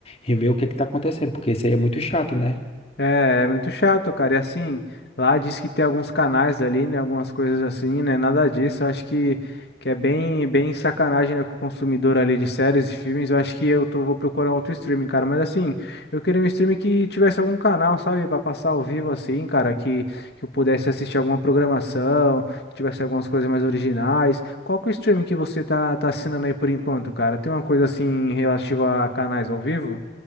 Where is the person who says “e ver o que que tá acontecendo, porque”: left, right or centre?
Left